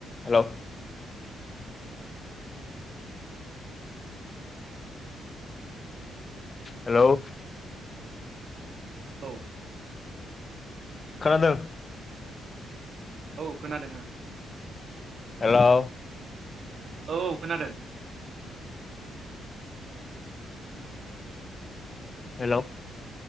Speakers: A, on the left; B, on the right.
A: Hello hello
B: औ।
A: खोनादों।
B: औ खोनादों।
A: हेलौ
B: औ औ खोनादों।
A: हेलौ